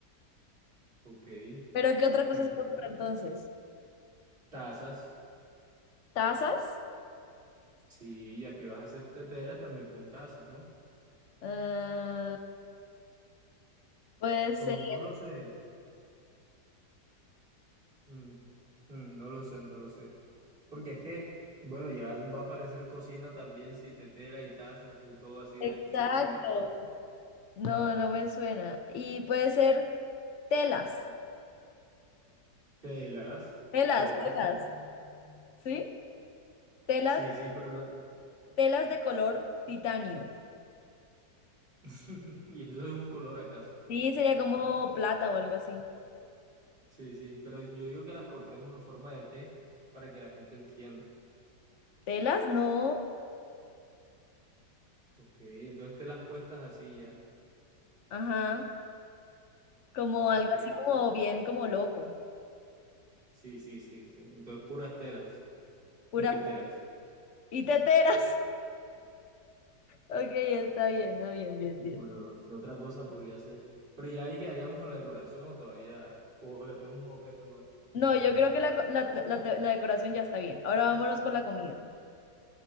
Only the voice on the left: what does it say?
Pero ¿qué otra cosa
se te ocurre entonces?
¿Tazas?
Ah, puede ser.
Exacto.
No, no me suena. Y puede ser telas.
Telas,
telas. ¿Sí? Telas,
telas de color titanio.
Sí, sería como plata o algo así.
Telas, no.
Ajá. Como algo
así como bien, como loco.
Pura.
Y teteras. <laughs> Ok, está bien, ah, bien, bien, bien.
No, yo creo que la, co- la- la te- la decoración ya está bien. Ahora vámonos con la comida.